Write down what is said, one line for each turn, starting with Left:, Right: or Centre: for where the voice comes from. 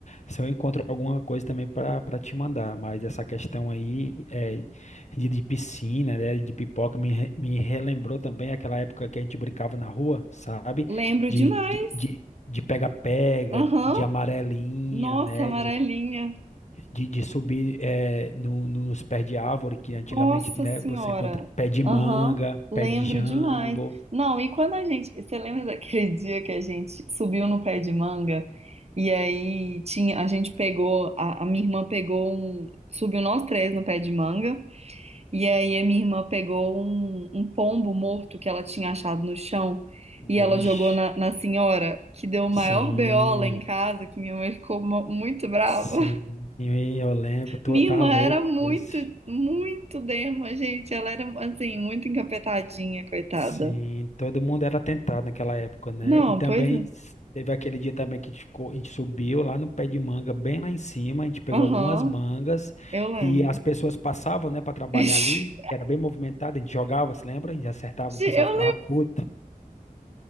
Left: se eu encontro alguma coisa também para para te mandar. Mas essa questão aí é, de, de piscina, né? De pipoca, me, re- me relembrou também aquela época que a gente brincava na rua, sabe?
Right: Lembro
Left: De,
Right: demais.
Left: de, de de pega-pega,
Right: Aham.
Left: de de amarelinha,
Right: Nossa,
Left: né?
Right: amarelinha.
Left: de, de subir é, no, no- nos pés de árvore, que antigamente,
Right: Nossa
Left: né,
Right: Senhora!
Left: você encontra pé de manga,
Right: Aham, lembro
Left: pé de jambo.
Right: demais. Não, e quando a gente. Você lembra daquele <laughs> dia que a gente subiu no pé de manga e aí tinha, a gente pegou, a, a minha irmã pegou um. Subiu nós três no pé de manga e aí a minha irmã pegou um, um pombo morto que ela tinha achado no chão e
Left: Vixe,
Right: ela jogou na, na senhora, que deu o maior
Left: sim,
Right: BO lá em casa, que minha mãe ficou mo- muito brava.
Left: sim, eu lembro, tu
Right: Minha
Left: tá
Right: irmã
Left: louco
Right: era muito,
Left: esse.
Right: muito dema, gente. Ela era, assim, muito encapetadinha, coitada.
Left: Sim, todo mundo era tentado naquela época, né?
Right: Não,
Left: E também
Right: pois é.
Left: s- teve aquele dia também que a gente ficou, a gente subiu lá no pé de manga, bem lá em cima, a gente pegou
Right: Aham,
Left: algumas mangas
Right: eu lembro.
Left: e as pessoas passavam, né, para trabalhar
Right: <laughs>
Left: ali, que era bem movimentado, a gente jogava, se lembra? E acertava, o pessoal
Right: Eu
Left: ficava puto.